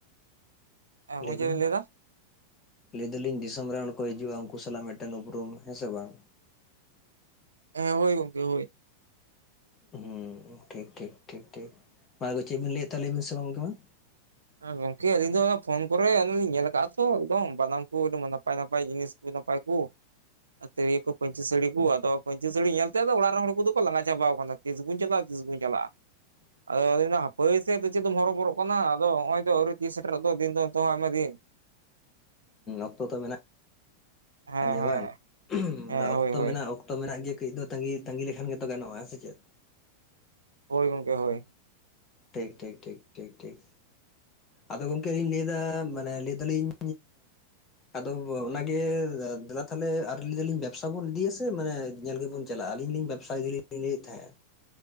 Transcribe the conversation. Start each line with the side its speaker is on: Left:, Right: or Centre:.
Right: ᱦᱮᱸ
Left: ᱞᱟᱹᱭ
Right: ᱪᱮᱫ
Left: ᱵᱤᱱ
Right: ᱵᱮᱱ ᱮᱫᱟ
Left: ᱞᱟᱹᱭ ᱫᱟᱞᱤᱧ ᱫᱤᱥᱚᱢ ᱨᱮᱱ ᱦᱚᱲ ᱠᱚ ᱦᱤᱡᱩᱜᱼᱟ ᱩᱝᱠᱩ ᱥᱟᱞᱟᱜ ᱢᱤᱫᱴᱮᱱ ᱩᱯᱨᱩᱢ ᱦᱮᱸ ᱥᱮ ᱵᱟᱝ
Right: ᱦᱮᱸ ᱦᱳᱭ ᱜᱚᱝᱠᱮ ᱦᱳᱭ
Left: ᱦᱩᱸ ᱴᱷᱤᱠ ᱴᱷᱤᱠ ᱴᱷᱤᱠ ᱴᱷᱤᱠ ᱢᱟ ᱪᱮᱫ ᱵᱤᱱ ᱞᱟᱹᱭᱮᱫ ᱛᱟᱦᱮᱸᱫ ᱞᱟᱹᱭ ᱵᱤᱱ ᱥᱮ ᱜᱚᱝᱠᱮ ᱢᱟ
Right: ᱟᱨ ᱜᱚᱝᱠᱮ ᱟᱹᱞᱤᱧ ᱫᱚ ᱚᱱᱟ ᱯᱷᱳᱱ ᱠᱚᱨᱮ ᱟᱞᱤᱧ ᱧᱮᱞ ᱟᱠᱟᱜᱼᱟ ᱛᱚ ᱮᱠᱫᱚᱢ ᱵᱟᱱᱟᱢ ᱠᱚ ᱱᱟᱯᱟᱭ ᱱᱟᱯᱟᱭ ᱡᱤᱱᱤᱥ ᱟᱹᱰᱤ ᱱᱟᱯᱟᱭ ᱠᱚ ᱟᱹᱛᱟᱹᱭ ᱠᱚ ᱯᱟᱹᱧᱪᱤ ᱥᱟᱹᱲᱤ ᱠᱚ ᱟᱫᱚ ᱯᱟᱹᱧᱪᱤ ᱥᱟᱹᱲᱤ ᱧᱮᱞᱛᱮ ᱚᱲᱟᱜ ᱨᱮᱱ ᱦᱚᱲᱠᱩ ᱫᱚᱠᱚ ᱞᱟᱸᱜᱟ ᱪᱟᱵᱟᱣ ᱠᱟᱱᱟ ᱛᱤᱥ ᱵᱚᱱ ᱪᱟᱞᱟᱜ-ᱟ ᱛᱤᱥ ᱵᱚᱱ ᱪᱟᱞᱟᱜ-ᱟ ᱟᱫᱚ ᱦᱟᱯᱳᱭ ᱥᱮ ᱟᱫᱚ ᱪᱮᱫ ᱫᱚᱢ ᱦᱚᱨᱚᱵᱚᱨᱚᱜ ᱠᱟᱱᱟ ᱟᱫᱚ ᱱᱚᱜ-ᱚᱭ ᱛᱚ ᱟᱹᱣᱨᱤ ᱛᱤᱥ ᱥᱮᱴᱮᱨᱚᱜ ᱫᱚ ᱫᱤᱱ ᱫᱚ ᱱᱤᱛ ᱦᱚᱸ ᱟᱭᱢᱟ ᱫᱤᱱ
Left: ᱚᱠᱛᱚ ᱛᱚ ᱢᱮᱱᱟᱜ
Right: ᱦᱮᱸ
Left: ᱜᱮᱭᱟ
Right: ᱦᱮᱸ
Left: ᱵᱟᱝ <unintelligible>
Right: ᱦᱮᱸ
Left: ᱚᱠᱛᱚ
Right: ᱦᱳᱭ ᱦᱳᱭ
Left: ᱢᱮᱱᱟᱜᱼᱟ ᱚᱠᱛᱚ ᱚᱠᱛᱚ ᱢᱮᱱᱟᱜ ᱜᱮᱭᱟ ᱠᱟᱹᱡ ᱫᱚ ᱛᱟᱸᱜᱤ ᱛᱟᱸᱜᱤ ᱞᱮᱠᱷᱟᱱ ᱜᱮᱛᱚ ᱜᱟᱱᱚᱜᱼᱟ ᱦᱮᱸ ᱥᱮ ᱪᱮᱫ
Right: ᱦᱳᱭ ᱜᱚᱝᱠᱮ ᱦᱳᱭ
Left: ᱴᱷᱤᱠ ᱴᱷᱤᱠ ᱴᱷᱤᱠ ᱴᱷᱤᱠ ᱴᱷᱤᱠ ᱟᱫᱚ ᱜᱚᱢᱠᱮ ᱞᱤᱧ ᱞᱟᱹᱭᱫᱟ ᱢᱟᱱᱮ ᱞᱟᱹᱭ ᱫᱟᱞᱤᱧ ᱟᱫᱚ ᱚᱱᱟᱜᱮ ᱫᱮᱞᱟ ᱛᱟᱞᱦᱮ ᱟᱨ ᱞᱟᱹᱭ ᱫᱟᱞᱤᱧ ᱵᱮᱵᱥᱟ ᱵᱚᱱ ᱤᱫᱤᱭᱟ ᱥᱮ ᱢᱟᱱᱮ ᱧᱮᱞ ᱜᱮᱵᱚᱱ ᱪᱟᱞᱟᱜ-ᱟᱹᱞᱤᱧ ᱞᱤᱧ ᱵᱮᱵᱽᱥᱟ ᱜᱮᱞᱤᱧ ᱞᱟᱹᱭᱮᱫ ᱛᱟᱦᱮᱸᱜ-ᱟ